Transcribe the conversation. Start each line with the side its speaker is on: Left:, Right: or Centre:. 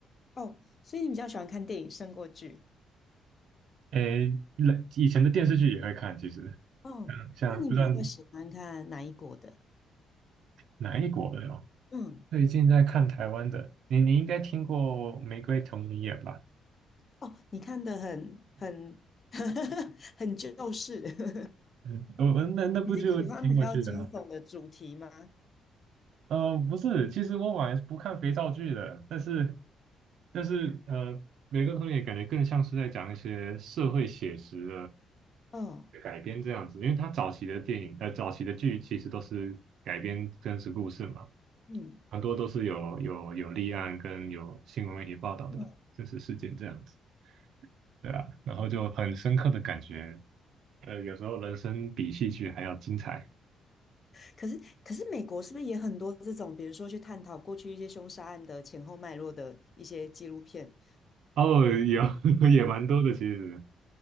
Left: 哦，所以你比较喜欢看电影胜过剧。
Right: 诶，以前的电视剧也会看，其实嗯，
Left: 哦，
Right: 像不知道
Left: 那你比较喜欢看哪一国的？
Right: 哪一国的哦。
Left: 嗯，
Right: 最近在看台湾的，你你应该听过《玫瑰童林》演吧？
Left: 哦，你看的很很 <laughs> 很旧式。<laughs>
Right: 嗯，我那那部就挺有趣的啊。
Left: 你是喜欢比较惊悚的主题吗？
Right: 呃，不是，其实我本来是不看肥皂剧的，但是但是呃，《玫瑰童林》感觉更像是在讲一些社会写实
Left: 嗯
Right: 的改编这样子，因为他早期的电影呃早期的剧其实都是改编真实故事嘛，
Left: 嗯，
Right: 很多都是有有有立案跟有新闻媒体报道的真实事件这样子。
Left: 嗯，
Right: 对啊，然后就很深刻的感觉呃，有时候人生比戏剧还要精彩
Left: 可是可是美国是不是也很多这种，比如说去探讨过去一些凶杀案的前后脉络的一些纪录片？
Right: 哦，有 <laughs> 也蛮多的其实，